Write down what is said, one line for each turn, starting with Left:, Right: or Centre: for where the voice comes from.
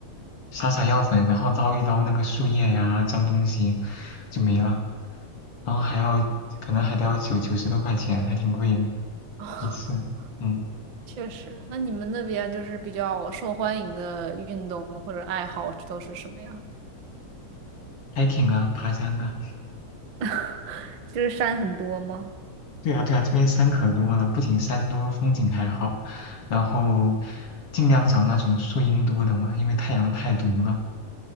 Left: 撒撒药粉，然后捞一捞那个树叶呀、脏东西，就没了。然后还要，可能还得要九九十多块钱，还挺贵的
Right: <laughs>
Left: 一次。嗯
Right: 确实，那你们那边就是比较受欢迎的运动或者爱好都是什么呀？
Left: ，hiking 啊，爬山啊，
Right: <laughs> 就是山很多吗？
Left: 对啊对啊，这边山可多了，不仅山多，风景还好。然后尽量找那种树荫多的嘛，因为太阳太毒了。